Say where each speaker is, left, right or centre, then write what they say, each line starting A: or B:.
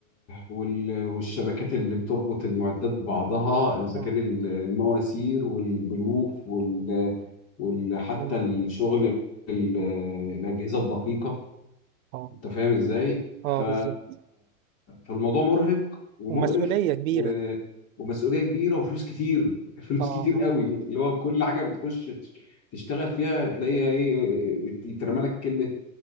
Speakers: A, on the left; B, on the right.
A: وال... والشبكات اللي بتربط المعدات ببعضها إذا
B: اه
A: كان ال- المواسير والبلوف وال... وال... حتى
B: اه
A: الشغل ال- الأجهزة الدقيقة
B: اه
A: انت فاهم ازاي
B: آه،
A: ف...
B: بالظبط
A: فالموضوع مرهق ومقرف
B: ومسؤولية كبيرة
A: و... ومسؤوليه كبيره وفلوس كتير <laughs> فلوس
B: اه
A: كتير قوي اللي هو كل حاجه بتخش تش- تشتغل فيها تلاقيها ايه بت- يترمى لك كلمه